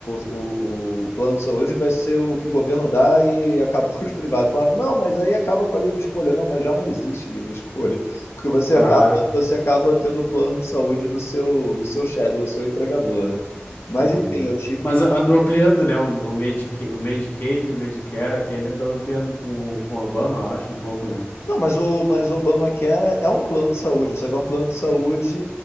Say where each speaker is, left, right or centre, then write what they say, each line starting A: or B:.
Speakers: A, on the left; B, on the left.
A: o, o, o plano de saúde vai ser o que o governo dá <laughs> e acabou os privados. Falava, não, mas aí acaba com a livre escolha. Não, mas já não existe livre escolha, <laughs> porque você
B: claro.
A: acaba, você acaba tendo o plano de saúde do seu, do seu chefe, do seu empregador, né? Mas
B: Uhum.
A: enfim, eu tive.
B: Mas a- andou ampliando, né? O, o, Medica- o Medicaid, o Medicare, aquele andou ampliando com, o- com o Obama, eu acho, um pouco, né?
A: Não, mas o, mas o Obamacare é um plano de saúde, só que é um plano de saúde